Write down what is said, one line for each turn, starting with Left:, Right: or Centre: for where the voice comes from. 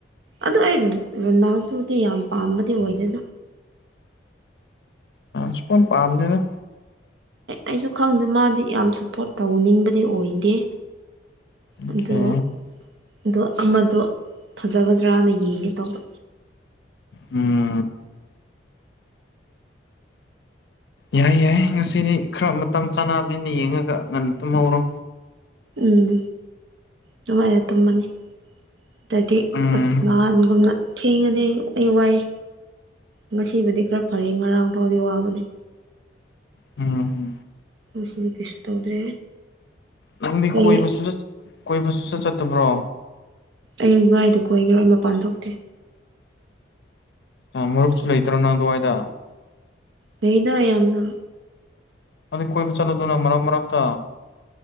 Right: ꯑꯗꯨ ꯑꯩ ꯔꯨꯅꯥꯡꯗꯨꯗꯤ ꯌꯥꯝ ꯄꯥꯝꯕꯗꯤ ꯑꯣꯏꯗꯣꯏꯅ
Left: ꯁꯨꯄꯥꯝ ꯄꯥꯝꯗꯦꯗ
Right: ꯑꯩꯁꯨ ꯈꯪꯗꯦ ꯃꯥꯗꯤ ꯌꯥꯝ ꯁꯞꯄꯣꯔꯠ ꯇꯧꯅꯤꯡꯕꯗꯤ ꯑꯣꯏꯗꯦ
Left: ꯑꯣꯀꯦ
Right: ꯑꯗ ꯑꯗꯣ ꯑꯃꯗꯣ ꯐꯖꯒꯗ꯭ꯔꯅ ꯌꯦꯡꯉꯦ ꯇꯧꯕ
Left: ꯎꯝ ꯌꯥꯏ ꯌꯥꯏ ꯉꯁꯤꯗꯤ ꯈꯔ ꯃꯇꯝ ꯆꯥꯅꯕꯅꯤꯅ ꯌꯦꯡꯉꯒ ꯉꯟꯅ ꯇꯨꯝꯍꯧꯔꯣ
Right: ꯎꯝ ꯅꯨꯡꯉꯥꯏꯅ ꯇꯨꯝꯃꯅꯤ ꯇꯗꯤ
Left: ꯎꯝ
Right: ꯑꯁ ꯅꯍꯥꯟꯒꯨꯝꯅ ꯊꯦꯡꯉꯗꯤ ꯑꯩ ꯋꯥꯏꯑ ꯉꯁꯤꯕꯨꯗꯤ ꯈꯔ ꯐꯔꯦ ꯉꯔꯥꯡ ꯐꯥꯎꯗꯤ ꯋꯥꯕꯅꯤ
Left: ꯎꯝ
Right: ꯉꯁꯤꯗꯤ ꯀꯩꯁꯨ ꯇꯧꯗ꯭ꯔꯦ
Left: ꯅꯪꯗꯤ
Right: ꯀꯩ
Left: ꯀꯣꯏꯕꯁꯨ ꯀꯣꯏꯕꯁꯨ ꯆꯠ ꯆꯠꯇꯕ꯭ꯔꯣ
Right: ꯑꯩ ꯉꯥꯏꯗ ꯀꯣꯏꯈꯤꯕꯔ ꯑꯩ ꯃꯄꯥꯟ ꯊꯣꯛꯇꯦ
Left: ꯃꯔꯨꯞꯁꯨ ꯂꯩꯇ꯭ꯔꯣ ꯅꯪ ꯑꯗꯨꯋꯥꯏꯗ
Right: ꯂꯩꯗ ꯌꯥꯝꯅ
Left: ꯑꯗꯨꯩ ꯀꯣꯏꯕ ꯆꯠꯂꯗꯅ ꯃꯔꯛ ꯃꯔꯛꯇ